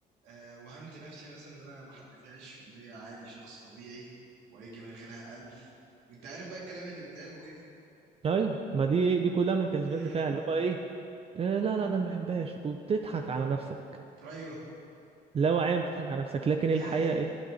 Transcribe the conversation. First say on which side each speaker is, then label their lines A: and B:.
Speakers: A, on the right; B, on the right.
A: آه وهمت نفسي مثلا ان انا ما حبيتهاش وان هي عادي شخص طبيعي وهيجي من غيرها الف وانت عارف بقى الكلام اللي بيتقال وكده
B: ايوه ما دي ايه دي كلها ميكانيزمات
A: امم
B: دفاع اللي هو ايه آه، لا لا ده انا ما بحبهاش وبتضحك على نفسك
A: ايوه
B: لا واعية بتضحك على نفسك لكن
A: دي
B: الحقيقة
A: حقيقة
B: ايه